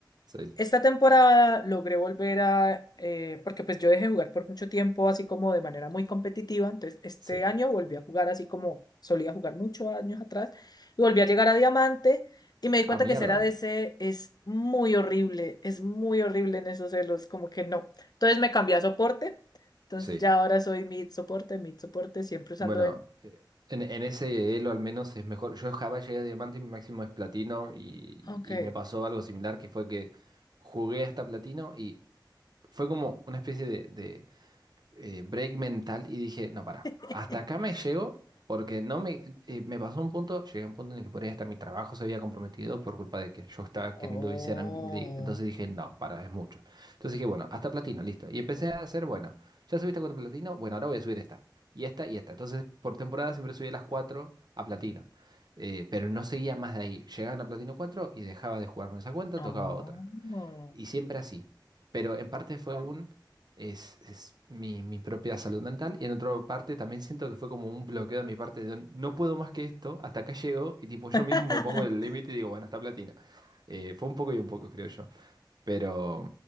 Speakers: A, on the right; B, on the left.
A: sí,
B: Esta temporada logré volver a, eh, porque pues yo dejé jugar por mucho tiempo así como de manera muy competitiva, entonces este
A: sí.
B: año volví a jugar así como solía jugar muchos años atrás y volví a llegar a diamante y me di cuenta
A: Ah, mierda.
B: que ser a ADC es muy horrible, es muy horrible en esos celos, como que no. Entonces me cambié a soporte, entonces
A: Sí.
B: ya ahora soy mid soporte, mid soporte, siempre usando
A: Bueno,
B: el...
A: eh, en, en ese elo al menos es mejor. Yo en Java llegué a diamante y mi máximo es platino y,
B: Ok.
A: y me pasó algo similar que fue que jugué hasta platino y fue como una especie de, de eh, break mental y dije, no, para,
B: <laughs>
A: hasta acá me llego porque no me, eh, me pasó un punto, llegué a un punto en el que por ahí hasta mi trabajo se había comprometido por culpa de que yo estaba
B: Oh,
A: queriendo viciar, en li- entonces dije, no, para, es mucho. Entonces dije, bueno, hasta platino, listo. Y empecé a hacer, bueno, ya subiste a cuatro platino, bueno, ahora voy a subir esta, y esta, y esta. Entonces, por temporada siempre subía las cuatro a platino. Eh, pero no seguía más de ahí. Llegaban a Platino 4 y dejaba de jugar con esa cuenta,
B: oh.
A: tocaba otra. Y siempre así. Pero en parte fue un, es, es mi, mi propia salud mental. Y en otra parte también siento que fue como un bloqueo de mi parte de no puedo más que esto, hasta acá llego. Y tipo, yo
B: <laughs>
A: mismo me pongo el límite y digo, bueno, hasta platina. Eh, fue un poco y un poco, creo yo. Pero